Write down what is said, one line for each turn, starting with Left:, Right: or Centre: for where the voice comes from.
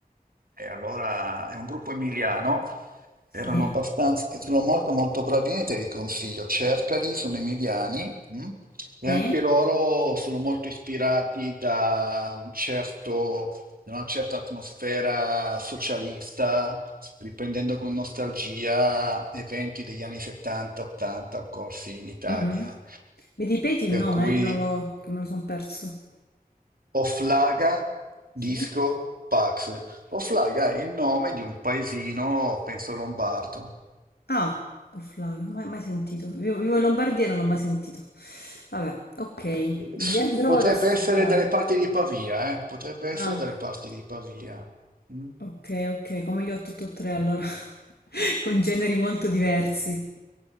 Right: E allora è un gruppo emiliano,
Left: Sì,
Right: erano abbastanza, e sono molto molto bravi, niente vi consiglio, cercali, sono emiliani, mm? E
Left: sì.
Right: anche loro sono molto ispirati da un certo, da una certa atmosfera socialista, riprendendo con nostalgia eventi degli anni 70-80 occorsi in Italia.
Left: mhm. Mi ripeti il nome,
Right: Per cui
Left: eh, che non l'ho, che me lo sono perso.
Right: Oflaga,
Left: Sì?
Right: Disco, Pax. Oflaga è il nome di un paesino, penso lombardo.
Left: Ah, Oflaga, mai, mai sentito. Vivo, vivo in Lombardia e non l'ho mai sentito. Vabbè, ok, li
Right: S-
Left: andrò
Right: Potrebbe
Left: ad ascoltare.
Right: essere dalle parti di Pavia, eh? Potrebbe essere
Left: Ah,
Right: dalle parti di Pavia. Mm.
Left: ok, ok, come gli 883 allora, <laughs> con generi molto diversi.